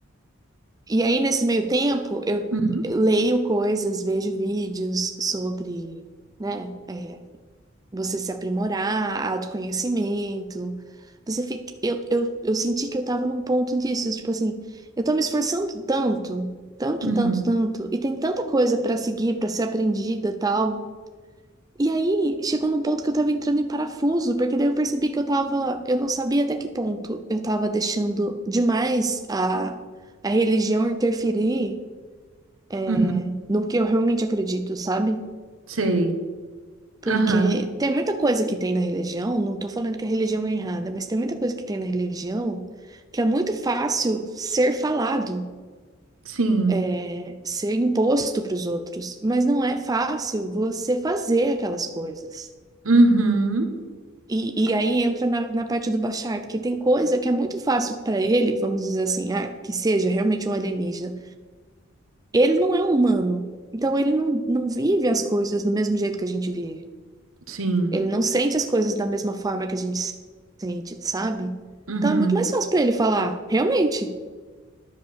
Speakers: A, on the right; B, on the right.
A: E aí nesse meio tempo eu
B: uhum,
A: leio coisas, vejo vídeos sobre, né, é, você se aprimorar, autoconhecimento. Você fica, eu, eu, eu senti que eu tava num ponto disso, tipo assim, eu tô me esforçando tanto, tanto,
B: uhum,
A: tanto, tanto, e tem tanta coisa pra seguir, pra ser aprendida, tal. E aí chegou num ponto que eu tava entrando em parafuso, porque daí eu percebi que eu tava, eu não sabia até que ponto eu tava deixando demais a, a religião interferir é,
B: uhum.
A: no que eu realmente acredito, sabe?
B: Sei.
A: Porque
B: Aham.
A: tem muita coisa que tem na religião, não estou falando que a religião é errada, mas tem muita coisa que tem na religião que é muito fácil ser falado,
B: Sim.
A: é, ser imposto para os outros, mas não é fácil você fazer aquelas coisas.
B: Uhum,
A: E, e aí entra na, na parte do Bashar, porque tem coisa que é muito fácil para ele, vamos dizer assim, ah, que seja realmente um alienígena. Ele não é humano, então ele não, não vive as coisas do mesmo jeito que a gente vive.
B: sim.
A: Ele não sente as coisas da mesma forma que a gente sente, sabe?
B: Uhum.
A: Então é muito mais fácil pra ele falar, realmente.